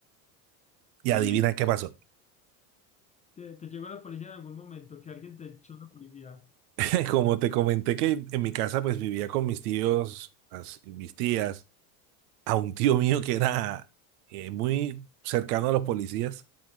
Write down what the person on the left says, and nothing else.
Sí,
te, te llegó la policía en algún momento, que alguien te echó la policía.